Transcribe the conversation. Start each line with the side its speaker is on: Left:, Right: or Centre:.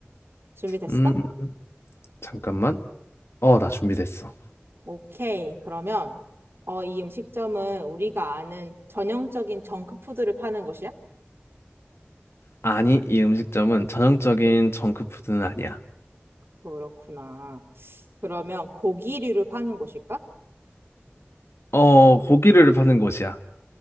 Right: 준비됐어?
Left: 음, 잠깐만. 어, 나 준비됐어.
Right: 오케이. 그러면, 어, 이 음식점은 우리가 아는 전형적인 정크푸드를 파는 곳이야?
Left: 아니, 이 음식점은 전형적인 정크푸드는 아니야.
Right: 그렇구나. 그러면 고기류를 파는 곳일까?
Left: 어, 고기를 파는 곳이야.